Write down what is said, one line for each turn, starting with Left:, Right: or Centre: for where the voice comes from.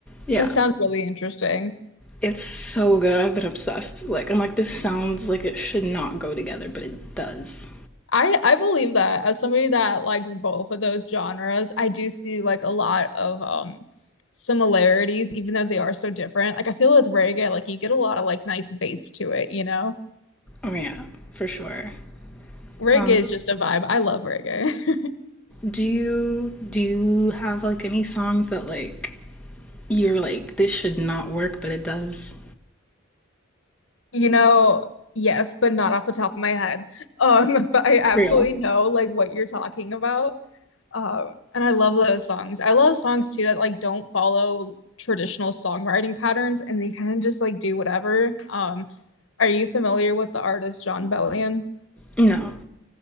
Centre: Yeah.
Left: That sounds really interesting.
Centre: It's so good. I've been obsessed. Like, I'm like, this sounds like it should not go together, but it does.
Left: I I believe that as somebody that likes both of those genres, I do see like a lot of um similarities, even though they are so different. Like I feel with reggae, like you get a lot of like nice bass to it, you know?
Centre: Oh yeah, for sure.
Left: Reggae
Centre: Um,
Left: is just a vibe. I love reggae. <laughs>
Centre: do you do you have like any songs that like you're like this should not work, but it does?
Left: You know, yes, but not off the top of my head. Um, <laughs> but I absolutely
Centre: Real.
Left: know like what you're talking about. Um, and I love those songs. I love songs too that like don't follow traditional songwriting patterns and they kind of just like do whatever. Um, are you familiar with the artist John Bellion?
Centre: No.